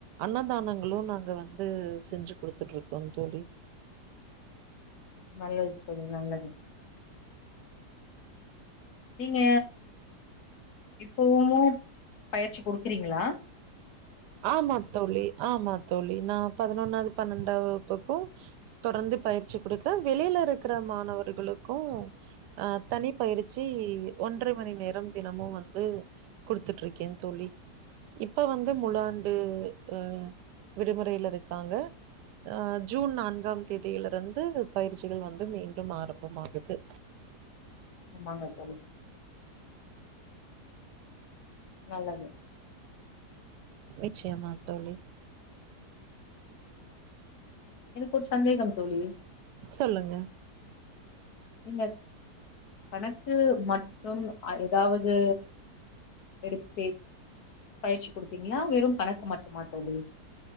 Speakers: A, on the right; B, on the left.
A: அன்னதானங்களும் நாங்க வந்து செஞ்சு கொடுத்துட்டு இருக்கோம் தோழி
B: நல்லது தோழி நல்லது நீங்க இப்பமும் பயிற்சி கொடுக்குறீங்களா
A: ஆமா தோழி ஆமா தோழி நான் பதினொன்னாவது பன்னெண்டாவது இக்கும் தொடர்ந்து பயிற்சி கொடுக்குறேன் வெளியில இருக்கிற மாணவர்களுக்கும் அஹ் தனி பயிற்சி ஒன்றரை மணி நேரம் தினமும் வந்து குடுத்துட்டு இருக்கேன் தோழி இப்ப வந்து முழாண்டு அஹ் விடுமுறையில இருக்காங்க அஹ் ஜூன் நான்காம் தேதியில இருந்து பயிற்சிகள் வந்து மீண்டும் ஆரம்பமாகுது
B: ஆமாங்க தோழி நல்லது
A: நிச்சயமா தோழி
B: எனக்கு ஒரு சந்தேகம் தோழி
A: சொல்லுங்க
B: நீங்க கணக்கு மட்டும் ஏதாவது எடுப்பீ பயிற்சி கொடுப்பீங்களா வெறும் கணக்கு மட்டும்மா தோழி